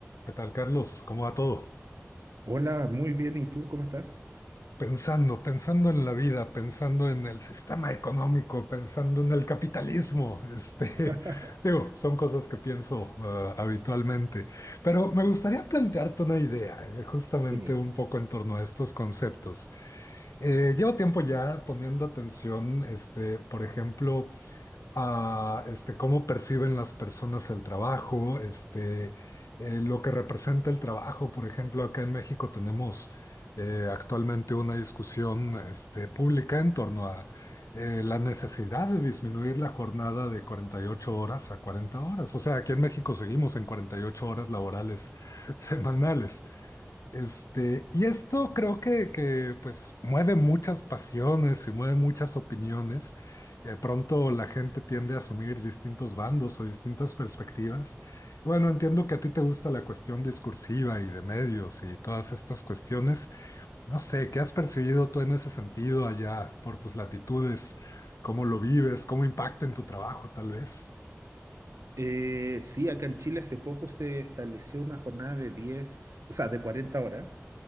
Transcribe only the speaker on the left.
¿Qué tal, Carlos? ¿Cómo va todo?
Pensando, pensando en la vida, pensando en el sistema económico, pensando en el capitalismo. Este,
<laughs> digo, son cosas que pienso ah, habitualmente, pero me gustaría plantearte una idea, eh, justamente
un poco en torno a estos conceptos. Eh, llevo tiempo ya poniendo atención, este, por ejemplo, a este, cómo perciben las personas el trabajo, este, eh, lo que representa el trabajo. Por ejemplo, acá en México tenemos eh, actualmente una discusión este, pública en torno a eh, la necesidad de disminuir la jornada de 48 horas a 40 horas. O sea, aquí en México seguimos en 48 horas laborales <laughs> semanales. Este, y esto creo que, que, pues mueve muchas pasiones y mueve muchas opiniones. De pronto la gente tiende a asumir distintos bandos o distintas perspectivas. Bueno, entiendo que a ti te gusta la cuestión discursiva y de medios y todas estas cuestiones. No sé, ¿qué has percibido tú en ese sentido allá por tus latitudes? ¿Cómo lo vives? ¿Cómo impacta en tu trabajo, tal vez?